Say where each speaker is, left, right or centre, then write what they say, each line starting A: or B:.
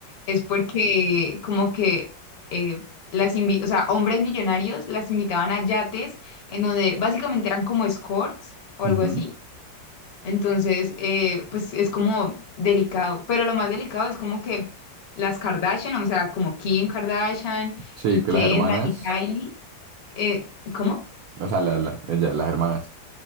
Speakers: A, on the left; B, on the right.
A: es porque como que eh, las invi- o sea, hombres millonarios las invitaban a yates en donde básicamente eran como escorts o
B: Ujú,
A: algo así
B: ujú.
A: entonces, eh, pues es como delicado, pero lo más delicado es como que las Kardashian, o sea, como Kim Kardashian
B: Sí,
A: y Kendall
B: que las hermanas,
A: y Kylie, eh, ¿cómo?
B: o sea, la- la- ellas, las hermanas.